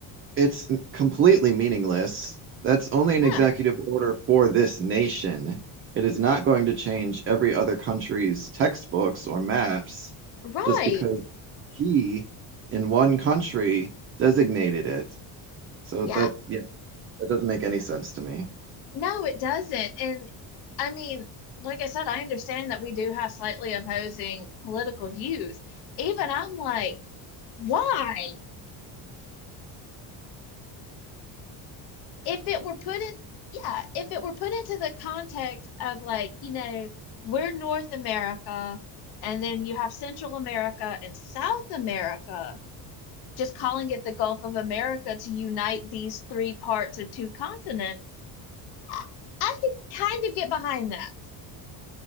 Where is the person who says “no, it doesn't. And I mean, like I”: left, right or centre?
Left